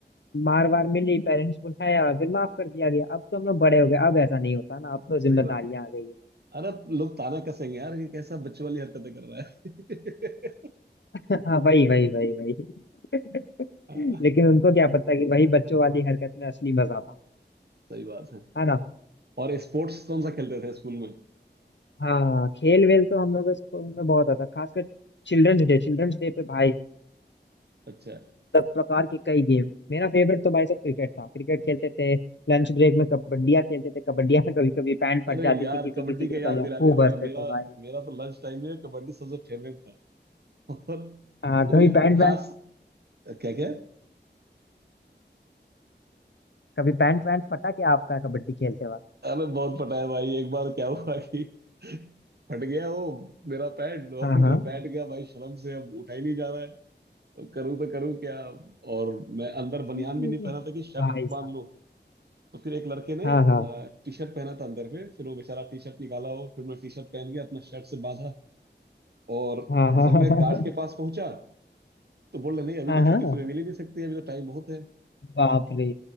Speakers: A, on the left; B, on the right.
A: मार वार मिली पेरेंट्स बुलाया फिर माफ कर दिया गया अब तो हम लोग बड़े हो गए अब ऐसा नहीं होता ना अब तो
B: सही
A: जिम्मेदारियां
B: बात
A: आ गई है
B: अरे लोग ताना कसेंगे यार कि कैसा बच्चों वाली हरकतें कर रहा है
A: <laughs> हाँ वही वही वही वही <laughs>
B: <laughs> हाँ
A: लेकिन उनको क्या पता कि वही बच्चों वाली हरकत में असली मजा था
B: सही बात है
A: है ना
B: और स्पोर्ट्स कौन सा खेलते थे स्कूल में
A: हाँ खेल वेल तो हम लोग स्कूल में बहुत आता खासकर चिल्ड्रंस डे चिल्ड्रंस डे पे भाई
B: अच्छा
A: सब प्रकार के कई गेम मेरा फेवरेट तो भाई सब क्रिकेट था क्रिकेट खेलते थे लंच ब्रेक में कबड्डिया खेलते थे कबड्डिया में कभी कभी पैंट फट
B: अरे
A: जाती
B: यार
A: थी किसी
B: कबड्डी
A: किसी का
B: का याद
A: तो हम लोग
B: दिला
A: खूब
B: दे भाई
A: हंसते
B: मेरा
A: थे भाई
B: मेरा तो लंच टाइम में कबड्डी सबसे फेवरेट था <laughs> और
A: हाँ
B: वो
A: कभी
B: जो
A: पैंट
B: खास
A: वैंट
B: क्या क्या
A: कभी पैंट वैंट फटा क्या आपका कबड्डी खेलते वक्त
B: अरे बहुत पता है भाई एक बार क्या हुआ कि फट गया वो मेरा पैड और
A: हाँ
B: मैं
A: हाँ
B: बैठ गया भाई शर्म से अब उठा ही नहीं जा रहा है अब करूँ तो करूँ क्या और मैं अंदर बनियान
A: <laughs>
B: भी नहीं पहना था कि शर्ट
A: भाई साहब
B: बांध लूं तो फिर एक लड़के ने
A: हाँ हाँ
B: टी शर्ट पहना था अंदर में फिर वो बेचारा टी शर्ट निकाला हो फिर मैं टी शर्ट पहन के अपना शर्ट से बांधा और
A: हाँ हाँ
B: जब मैं
A: हाँ
B: गार्ड के पास पहुंचा तो बोल रहे नहीं अभी
A: हाँ
B: तो
A: हाँ।
B: छुट्टी
A: हाँ, हाँ।
B: तुम्हें मिल ही नहीं सकती अभी तो टाइम बहुत है
A: बाप रे